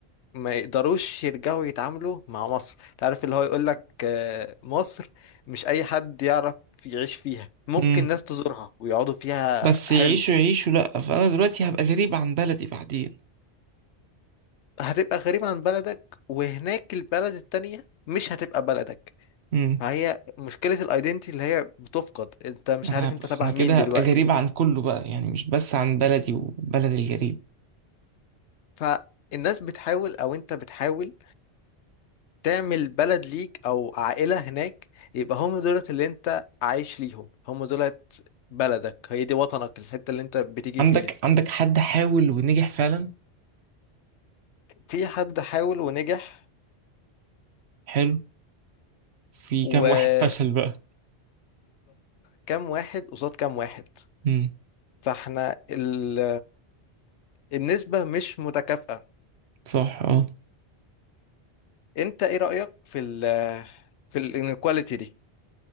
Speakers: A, on the left (about 85°); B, on the right (about 70°).
A: ما يقدروش يرجعوا يتعاملوا مع مصر تعرف اللي هو يقولك آه، مصر مش أي حد يعرف يعيش فيها ممكن
B: امم
A: ناس تزورها ويقعدوا فيها
B: بس يعيشوا
A: حلو
B: يعيشوا لأ فأنا دلوقتي هبقى غريب عن بلدي بعدين
A: هتبقى غريب عن بلدك وهناك البلد التانية مش هتبقى بلدك
B: امم
A: فهي مشكلة الايدنتي اللي هي بتفقد انت مش
B: انا
A: عارف
B: هبقى
A: انت تبع
B: انا
A: مين
B: كده
A: دلوقتي
B: هبقى غريب عن كله بقى يعني مش بس عن بلدي وبلد الغريب
A: فالناس بتحاول او انت بتحاول تعمل بلد ليك او عائلة هناك يبقى هم دولت اللي انت عايش ليهم هم دولت بلدك هي دي وطنك الحتة اللي انت بتيجي
B: عندك
A: فيها
B: عندك حد حاول ونجح فعلا
A: في حد حاول ونجح
B: حلو في
A: وبالظبط
B: كام واحد فشل بقى
A: كام واحد قصاد كام واحد
B: امم
A: فاحنا ال... النسبة مش متكافئة
B: صح اه
A: انت ايه رأيك في ال في الانيكواليتي دي